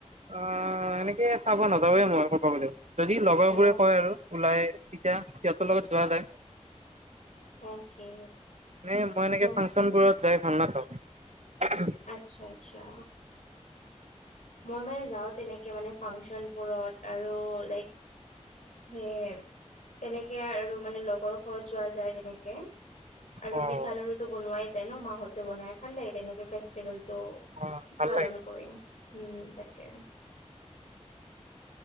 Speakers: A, on the right; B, on the left.
A: অ', এনেকে চাব নাযাওঁৱে মই ক'ব গলে, যদি লগৰবোৰে
B: অ
A: কয় আৰু ওলাই তিতিয়া সিহঁতৰ লগত যোৱা যাই।
B: অকে
A: এনে মই এনেকে
B: ম
A: ফাংচনবোৰত যাই ভাল নাপাওঁ।
B: আচ্ছা - আচ্ছা। মই মানে যাওঁ তেনেকে মানে ফাংচনবোৰত আৰু লাইক সেই তেনেকে আৰু মানে লগৰ ঘৰত যোৱা যায় তেনেকে আৰু
A: অ',
B: পিঠা লাড়ু বনোৱাই যায় ন' মা হঁতে বনাই ভাল লাগে তেনেকে ফেষ্টিভেলটো,
A: অ', ভাল
B: পালন
A: লাগে।
B: কৰিম। উম, তাকে